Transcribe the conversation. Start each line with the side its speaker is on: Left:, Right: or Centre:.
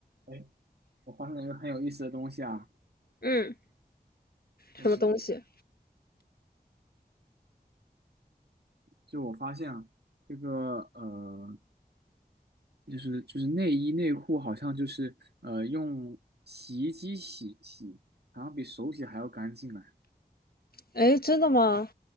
Right: 哎，我发现了一个很有意思的东西啊，
Left: 嗯，
Right: 就是
Left: 什么东西？
Right: 就我发现啊，这个呃，就是就是内衣内裤好像就是呃用洗衣机洗洗，好像比手洗还要干净哎。
Left: 哎，真的吗？